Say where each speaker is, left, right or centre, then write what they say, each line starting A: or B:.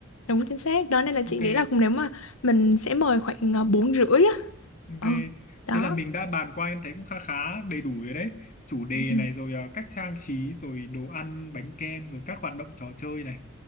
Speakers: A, on the left (about 80°); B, on the left (about 40°).
A: Đúng chính xác. Đó nên là chị
B: ok
A: nghĩ là cũng nếu mà mình sẽ mời khoảng ờ, bốn rưỡi á.
B: ok
A: Ừ, đó.
B: thế là mình đã bàn qua em thấy cũng khá khá đầy đủ rồi đấy chủ đề
A: <laughs>
B: này rồi à, cách trang trí rồi đồ ăn bánh kem rồi các hoạt động trò chơi này